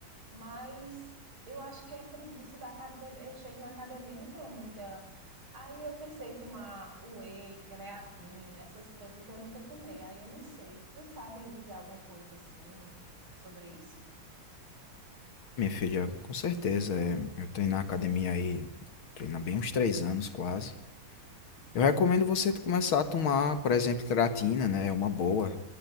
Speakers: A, on the right (about 85°); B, on the left (about 85°).
A: mas eu acho que é preguiça da academia. Eu chego na academia, não tenho muita. Aí eu pensei em tomar whey, creatina, essas coisas que eu nunca tomei. Aí eu não sei. Tu sabem dizer alguma coisa assim sobre isso?
B: Minha filha, com certeza, é, eu treino na academia aí, treino há bem uns três anos quase. Eu recomendo você começar a tomar, por exemplo, creatina, né? É uma boa.